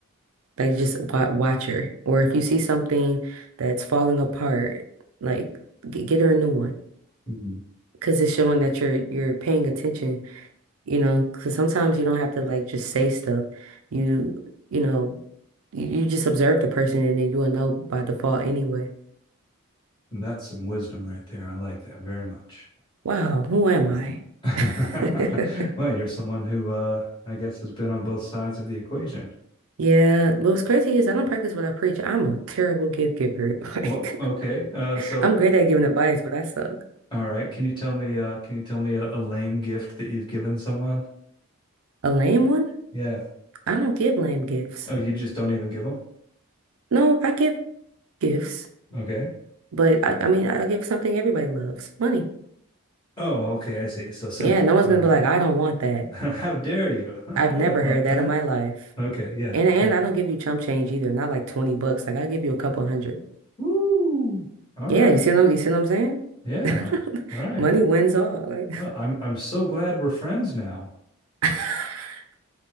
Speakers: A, on the right; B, on the left.
A: Like just wa watch her, or if you see something that's falling apart, like g get her a new one,
B: Mm,
A: because it's showing that you're you're paying attention. You know, because sometimes you don't have to like just say stuff. You you know, you, you just observe the person, and then you will know by default anyway.
B: And that's some wisdom right there. I like that very much.
A: Wow, who am I?
B: <laughs>
A: <laughs>
B: Well, you're someone who uh, I guess has been on both sides of the equation.
A: Yeah, but what's crazy is I don't practice what I preach. I'm a terrible gift giver. <laughs> Like,
B: Well, okay. Uh, so
A: I'm great at giving advice, but I suck.
B: All right. Can you tell me uh can you tell me a, a lame gift that you've given someone?
A: A lame one?
B: Yeah.
A: I don't give lame gifts.
B: Oh, you just don't even give them?
A: No, I give gifts,
B: Okay.
A: but I, I mean, I give something everybody loves, money.
B: Oh, okay, I see. So simple.
A: Yeah, no one's
B: All
A: gonna
B: right.
A: be like, I don't
B: <laughs>
A: want that.
B: How dare you? <laughs>
A: I've
B: I
A: never
B: don't want
A: heard that
B: that.
A: in my life.
B: Okay, yeah,
A: And and
B: fair.
A: I don't give you chump change either, not like 20 bucks. Like I give you a couple hundred.
B: Woo. All
A: Yeah,
B: right.
A: you see what I'm, you see what I'm saying?
B: Yeah.
A: <laughs>
B: Right.
A: Money wins all. Like
B: Well, I'm I'm so glad we're friends now.
A: <laughs>